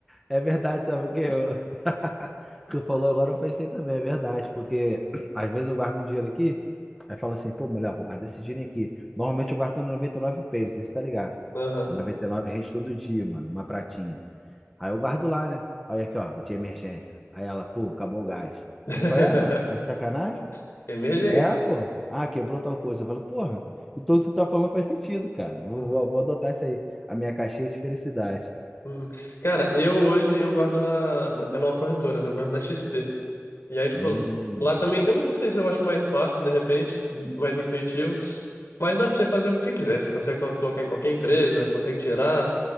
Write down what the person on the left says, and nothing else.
aham.
<laughs>
Emergência.
Uhum.
Uhum. Cara, eu hoje eu guardo na, é numa corretora, né? Eu guardo na XP. E aí, tipo,
lá também, eu não não sei se eu acho mais fácil, de repente, mais intuitivo, mas dá pra você fazer o que você quiser. Você consegue colo- colocar em qualquer empresa, consegue tirar.